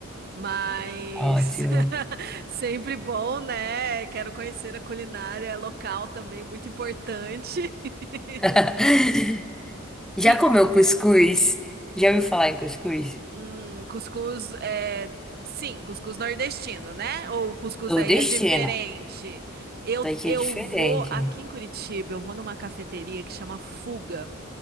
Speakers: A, on the right; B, in the centre.
A: mas
B: Ótimo.
A: <laughs> sempre bom, né? Quero conhecer a culinária local também, muito importante.
B: <laughs>
A: <laughs>
B: Já
A: que
B: comeu cuscuz? Já ouviu falar em cuscuz?
A: Hum, cuscuz é. Sim, cuscuz nordestino, né? Ou o cuscuz
B: Nordestino.
A: daí é diferente. Eu,
B: Daqui
A: eu
B: é diferente.
A: vou aqui em Curitiba, eu vou numa cafeteria que chama Fuga